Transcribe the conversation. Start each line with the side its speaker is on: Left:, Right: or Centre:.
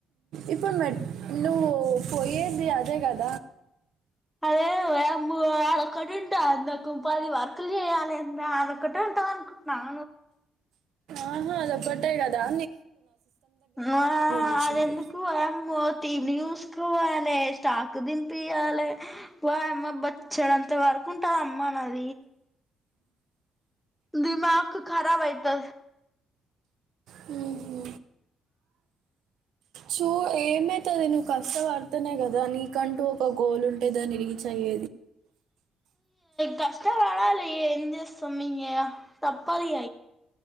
Right: ఇప్పుడు మెట్ నువ్వు పోయేది అదే గదా
Centre: అదే వామ్మోఅదోక్కటి ఉంటా అందకు పది వర్కులు చేయాలి అంత అదోకటి ఉంటావు అనుకుంటున్నావ నువ్వు
Right: ఆహా అదొక్కటే కదా నేను అంటున్న సిస్
Centre: ఆ
Right: కూర్చుంది
Centre: అది ఎందుకు ఐ యమో టీవీ న్యూస్ కోవాలి స్టాకు దింపియాలి వా అమ్మ బచ్చడంత వర్క్ ఉంటది అమ్మా నాది దిమాక్ ఖరాబ్ అయితది
Right: హ్మ్ హు చూ ఏమైతుంది నువ్వు కష్టపడుతేనె కదా నీకంటూ ఒక గోల్ ఉంటే దాన్ని రీచ్ అయ్యేది
Centre: కష్టం పడాలయ ఎమ్ చేస్తాం ఎం తప్పాద్ ఇగా